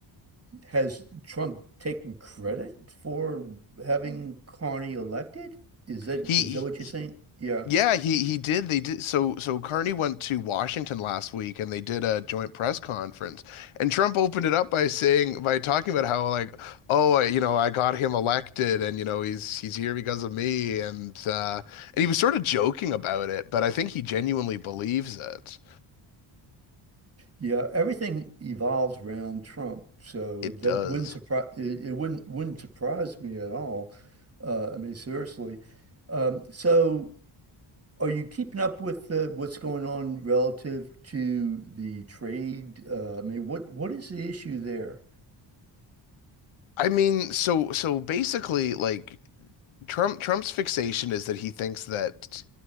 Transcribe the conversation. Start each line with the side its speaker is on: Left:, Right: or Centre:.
Right: Has Trump taken credit for having Carney elected? Is that
Left: he
Right: is that what you're saying? Yeah.
Left: Yeah, he he did. They did. So so Carney went to Washington last week and they did a joint press conference. And Trump opened it up by saying by talking about how like, oh, I, you know, I got him elected and you know, he's he's here because of me and uh and he was sort of joking about it, but I think he genuinely believes it.
Right: Yeah, everything evolves around Trump, so
Left: It
Right: that
Left: does.
Right: wouldn't surprise it, it wouldn't wouldn't surprise me at all. Uh, I mean, seriously. Um, so, are you keeping up with uh, what's going on relative to the trade? Uh, I mean, what what is the issue there?
Left: I mean, so so basically like Trump Trump's fixation is that he thinks that